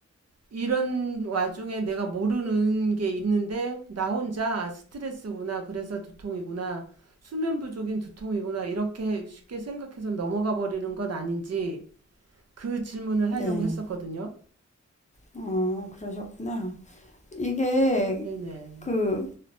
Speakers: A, on the right (about 60°); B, on the left (about 25°).
A: 이런 와중에 내가 모르는 게 있는데 나 혼자 아 스트레스구나 그래서 두통이구나 수면 부족인 두통이구나 이렇게 쉽게 생각해서 넘어가 버리는 건 아닌지 그 질문을
B: 네.
A: 하려고 했었거든요.
B: 어, 그러셨구나. 이게
A: 네네.
B: 그